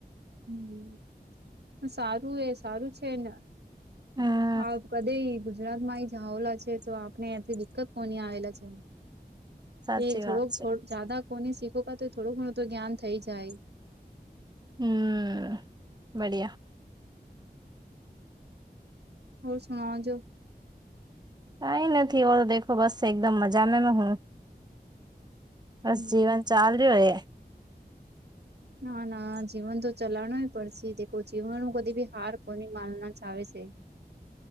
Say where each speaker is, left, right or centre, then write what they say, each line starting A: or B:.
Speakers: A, on the right (about 85°); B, on the right (about 25°).
A: હમ સારું એ સારું છે ને
B: હા
A: હા કદ ગુજરાત માં જાહલા છે તો આપને એ્યાંથી દિક્કત કોની આવેલા છે
B: સાચી
A: એ થોડુંક
B: વાત છે
A: જદા કોને શીખ ક તો થોડુંક ઘણું તો જ્ઞાન થઈ જાય
B: હમ બડિયા
A: હોર સુણ જો
B: કઈ નથી ઓ દેખો બસ એકદમ મજા મે મે હું બસ
A: હમ્મ
B: જીવન ચાલ રહ્યું હોય
A: ના ના જીવન તો ચલાણય પડશે દ જીવનું કદી બી હાર કોને માલના ચ આવે છે